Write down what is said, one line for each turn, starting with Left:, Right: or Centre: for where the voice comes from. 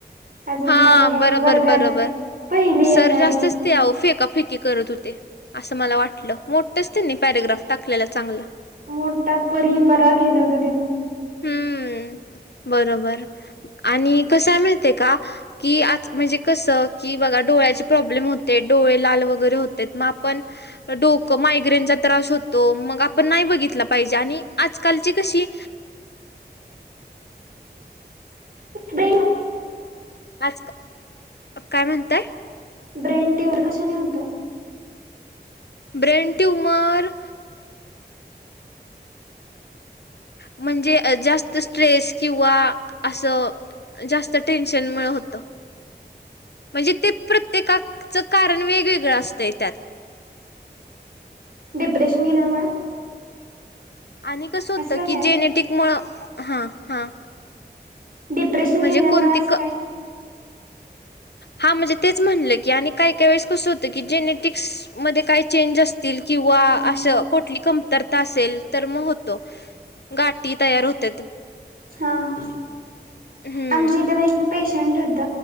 Right: अजून
Left: हा
Right: काय काय
Left: बरोबर
Right: वर्गात
Left: बरोबर
Right: पहिली येणारी
Left: सर जास्तच ते फेका फेकी त होते अस मला वाटलं मोठच त्यांनी पॅरग्राफ टाकलेला चांगला
Right: मोठा पररी परा केला होता त्यांनी
Left: हम्म बरोबर आणि कसा मिळते का की आज म्हणजे कसं कि बघा डोळ्याचे प्रॉब्लेम होते डोळे लाल वगैरे होते मग पण डोक मायग्रेनचा त्रास होतो मग आपण नाही बघितला पाहिजे आणि आजकालची कशी
Right: ब
Left: आज काय म्हणताय
Right: ब्रेन ट्यूमर कशा नी होतं
Left: ब्रेन ट्यूमर म्हणजे जास्त स्ट्रेस किंवा असं जास्त टेन्शनमुळे होतं म्हणजे ते प्रत्येकाचं कारण वेगवेगळं असतंय त्यात
Right: डिप्रेशन घि नाही म
Left: आणि कसं होतं
Right: असं काय नाही
Left: की जेनेटिक मुळ हा हा
Right: डिप्रेशन
Left: म्हणजे
Right: गेल्यामुळे
Left: कोणती
Right: असं
Left: क
Right: काय
Left: हा म्हणजे तेच म्हणलं की आणि काही काही वेळेस कसं होतं की जेनेटिक्स मध्ये काही चेंज असतील किंवा
Right: हा
Left: अस कोठली कमतर असेल तर मग होतो गाठी तयार होत
Right: ह
Left: हम्म
Right: आमच्या इथे पण एक पेशंट होत